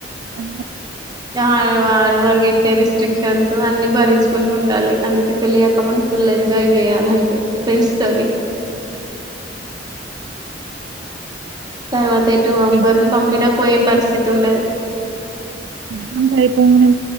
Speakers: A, on the right (about 80°); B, on the right (about 20°).
A: అ
B: వా వాడు వడు వెట్టె రిస్క్ స్టక్షన్స్ తో అన్ని భరించుకుంటూ ఉండాలి. అందుకే పెళ్ళికాకముందు ఫుల్ ఎంజాయ్ చేయాలంతే. ఫ్రెండ్స్ తోని తర్వాత ఎటువంపరు.
A: ఎగ్జామ్స్
B: పంపినా
A: అయిపోగానే
B: పోయే పరిస్థితి ఉండదు.
A: ఎగ్జామ్స్ అయిపోంగానే